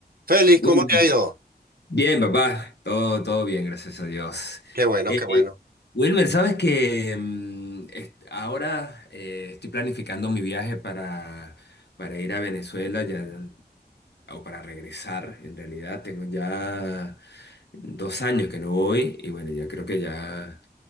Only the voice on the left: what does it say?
Wilmer,
Bien, papá, todo, todo bien, gracias a Dios.
Eh,
eh, Wilmer, sabes que mm, est- ahora eh, estoy planificando mi viaje para, para ir a Venezuela ya, o para regresar. En realidad, tengo ya dos años que no voy y bueno, ya creo que ya.